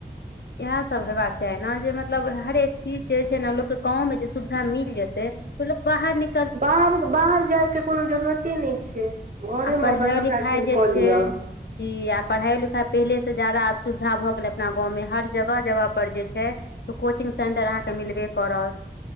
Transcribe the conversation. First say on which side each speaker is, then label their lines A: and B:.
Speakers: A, on the left (about 75°); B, on the right (about 50°).
A: इएहसभ हयबाक चाही न जे मतलब हरेक चीज जे छै न लोकके गाँवमे जे सुविधा मिल जेतै मतब बाहर निकल
B: बाहर बाहर जायके कोनो जरूरते नहि छै घरेमे
A: आ पढ़ाइ
B: अपन सभटा
A: लिखाइ
B: चीज
A: जे
B: कऽ
A: छै
B: लिअ
A: जी आ पढ़ाईयो लिखाईयो पहिले से जैदा आब सुविधा भए गेले अपना गाँवं मे हर जगह जगह पर जे छै से कोचिंग सेंटर अहाँके मिलबे करत